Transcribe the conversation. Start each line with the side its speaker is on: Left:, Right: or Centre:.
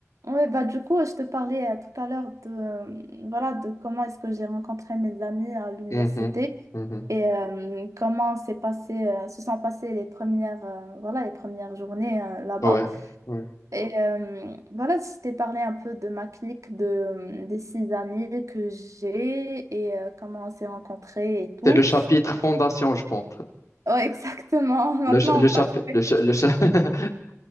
Right: Oui, bah du coup, je te parlais euh, tout à l'heure de, euh, voilà, de comment est-ce que j'ai rencontré mes amis à l'université
Left: Mhm, mhm.
Right: et euh, comment s'est passé, euh, se sont passées les premières, euh, voilà, les premières journées euh, là-bas.
Left: Ouais, ouais.
Right: Et euh, voilà, je t'ai parlé un peu de ma clique, de, euh, des six amis que j'ai et euh, comment on s'est rencontrés et tout.
Left: C'est le chapitre fondation, je pense.
Right: Ouais, <laughs> exactement. Maintenant,
Left: Le, ch, le
Right: on
Left: chapitre.
Right: passe au rez
Left: Le, ch, le cha- <laughs>